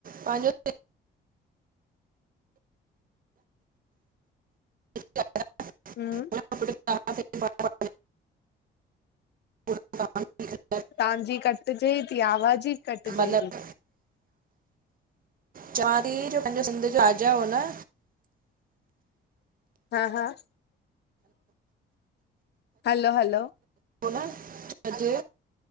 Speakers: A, on the right; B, on the left.
A: पांजो <unintelligible>
B: हम्म
A: पूरो <unintelligible>
B: तहांजी कटिजे थी आवाज ई कटिजे
A: मतिलबु
B: थी।
A: चवां थी ई जो पंहिंजो सिध जो राजा हो न
B: हा हा हलो हलो
A: होन हुनजे